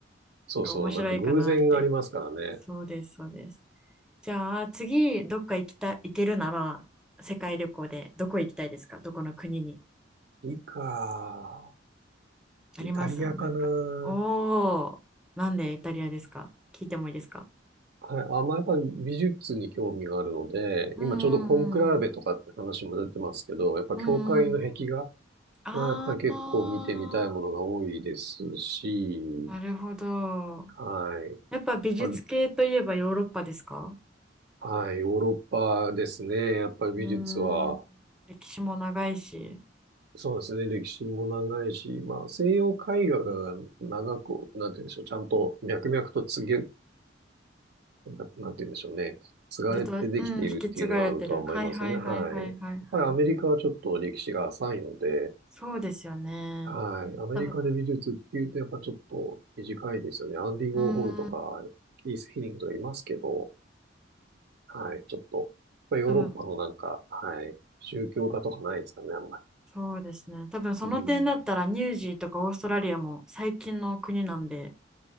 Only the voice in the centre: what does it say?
なんか面白いかなって。
そうです、そうです。じゃあ、次、どっか行きた、行けるなら、世界旅行でどこ行きたいですかどこの国に
ありますなんか。
おー、なんでイタリアですか聞いてもいいですか
うんうんうん
うんうんあ
あなるほど。
やっぱ美術系といえばヨーロッパですか
うーん歴史も長いし、
ずっと、うん引き継がれてる。はいはいはいはいはいはい。
そうですよね。
多分
うーん。
多分、
そうですね。多分その点だったらニュージーとかオーストラリアも最近の国なんで、